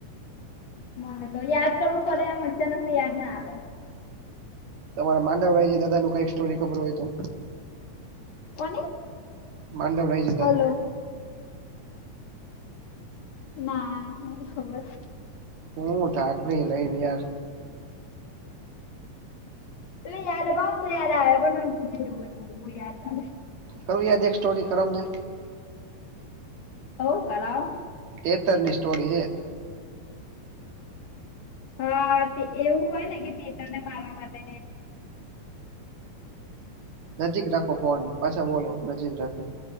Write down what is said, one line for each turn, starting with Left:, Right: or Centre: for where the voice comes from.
Left: મને તો દ કરું પડે મનચનેને યાદ ના આવે
Right: તમારે માંડળય છે દાદા ન કઈ સ્ટોરી ખબર હોય તો
Left: કો
Right: માંદવડા
Left: ફલોો ના ખબર
Right: હમ ઠાકડી લઈ યાર
Left: એ યાારવા યાાર એવ ક
Right: કરવું યાદ એક સ્ટોરી કરાવને
Left: હો કરાવ
Right: તેતર ની સ્ટોરી છે
Left: હા તે એવું હોય ને કે તે તને મારવા માટે
Right: નજીક રાખો ફોન પાછા બોલો નજીક રાખો